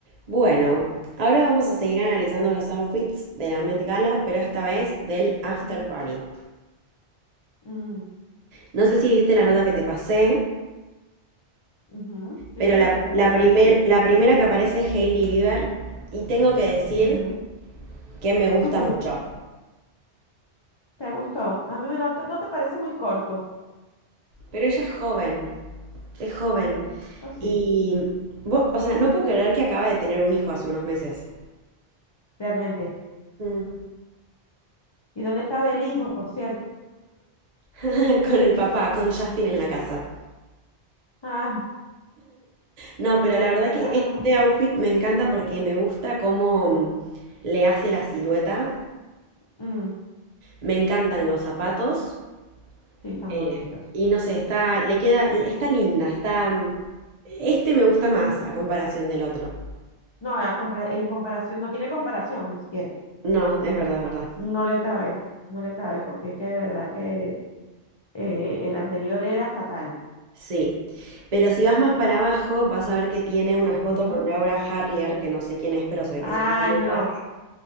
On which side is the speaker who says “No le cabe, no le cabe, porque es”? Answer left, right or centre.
Left